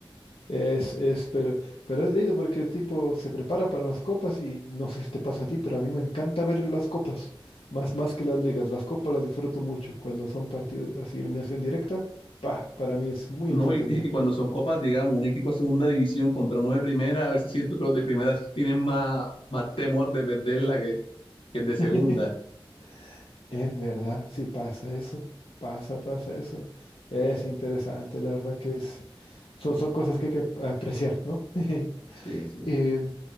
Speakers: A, on the left (about 90°); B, on the left (about 70°).
A: Es, es, pero, pero es lindo porque el tipo se prepara para las copas y no sé si te pasa a ti, pero a mí me encanta ver las copas, más, más que las ligas. Las copas las disfruto mucho cuando son partidos así, eliminación directa. Pa, para mí es muy
B: ¿no?
A: entretenido.
B: Y, y cuando son copas, digamos, un equipo de segunda división contra uno de primera, a veces siento que los de primera tienen más, más temor de perderla que, que el de segunda.
A: <laughs> Es verdad, sí pasa eso, pasa, pasa eso. Es interesante, la verdad que es, son, son cosas que hay que apreciar, ¿no? <laughs>
B: Sí, sí.
A: Em,